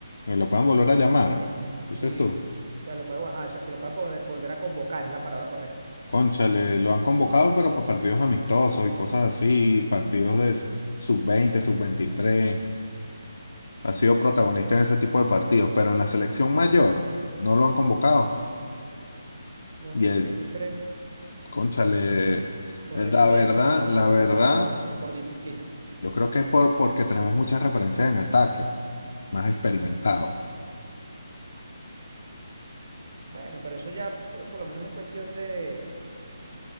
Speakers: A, on the left; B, on the right.
A: ¿Me lo pueden volver a llamar? Dices
B: Sí,
A: tú.
B: ya lo podemos, ajá, exacto, lo podemos vol- volver a convocar, es la palabra correcta.
A: Cónchale, lo han convocado, pero para partidos amistosos y cosas así, partidos de sub-20, sub-23. Ha sido protagonista en ese tipo de partidos, pero en la selección mayor no lo han convocado.
B: No,
A: Y
B: ¿por
A: el,
B: qué tú crees?
A: cónchale,
B: ¿Por
A: la
B: rendimiento
A: verdad,
B: o por,
A: la
B: o
A: verdad,
B: por, o por, o por disciplina?
A: yo
B: Dices
A: creo que es
B: tú.
A: por, porque tenemos muchas referencias en ataque, más experimentados. <clears throat>
B: Bueno, pero eso ya por, por lo menos es cuestión de,